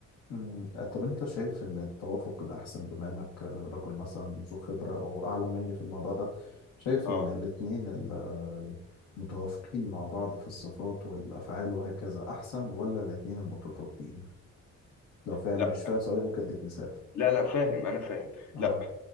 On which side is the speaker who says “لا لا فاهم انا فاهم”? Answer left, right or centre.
Left